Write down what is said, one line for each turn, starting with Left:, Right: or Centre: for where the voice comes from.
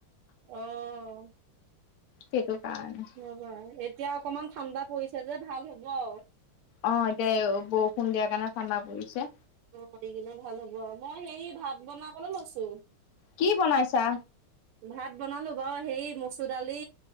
Right: অ
Left: সেইটো কাৰণে
Right: হব এতিয়া অকমান ঠাণ্ডা পৰিছে যে ভাল হ'ব আৰু।
Left: অ এতিয়া বৰষুণ দিয়াৰ কাৰণে ঠাণ্ডা পৰিছে।
Right: অ এই কিদিনত ভাল হ'ব, মই হেৰি ভাত বনাবলৈ লৈছো।
Left: কি বনাইছা?
Right: ভাত বনালো বাৰু হেই মচুৰ দালি